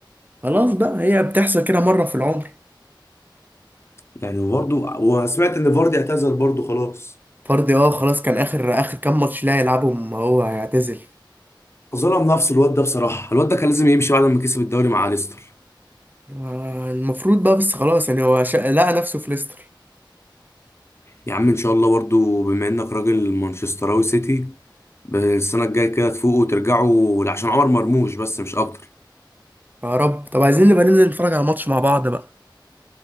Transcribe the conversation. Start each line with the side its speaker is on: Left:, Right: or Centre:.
Right: خلاص بقى هي بتحصل كده مرة في العمر
Left: يعني برضه وسمعت ان فاردي اعتزل برضه خلاص
Right: فاردي اه خلاص كان اخر اخر كام ماتش لا يلعبهم هو هيعتزل
Left: ظلم نفسه الواد ده بصراحه الواد ده كان لازم يمشي بعد ما كسب الدوري مع ليستر
Right: آه، المفروض بقى بس خلاص يعني هو شا... لقى نفسه في ليستر
Left: يا عم ان شاء الله برضه بما انك راجل مانشستراوي سيتي السنه الجايه كده تفوقوا وترجعوا عشان عمر مرموش بس مش اكتر
Right: يا رب طب عايزين نبقى ننزل نتفرج على ماتش مع بعض بقى